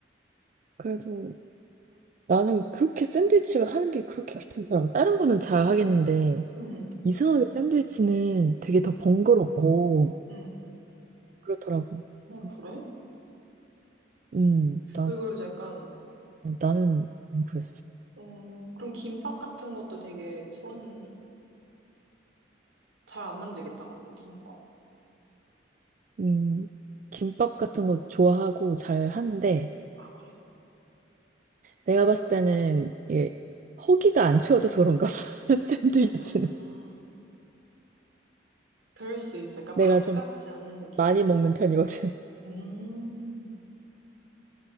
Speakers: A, on the right (about 40°); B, on the right (about 75°).
A: 그래도 나는 그렇게 샌드위치가 하는 게 그렇게 귀찮더라고. 다른 거는 잘 하겠는데,
B: 음,
A: 이상하게 샌드위치는 되게
B: 음,
A: 더 번거롭고,
B: 음.
A: 그렇더라고. 그래서,
B: 어, 그래?
A: 음, 난,
B: 왜 그러지? 약간,
A: 나는 그랬어.
B: 어, 그럼 김밥 같은 것도 되게 손 잘 안 만들겠다, 그러면 김밥.
A: 음, 김밥 같은 거 좋아하고 잘 하는데,
B: 아, 그래?
A: 내가 봤을 때는, 이게, 허기가 안 채워져서 그런가 봐. <laughs> 샌드위치는.
B: 아, 그럴 수 있어. 그러니까 밥
A: 내가 좀
B: 같지 않는 느낌이.
A: 많이 먹는 편이거든.
B: 음,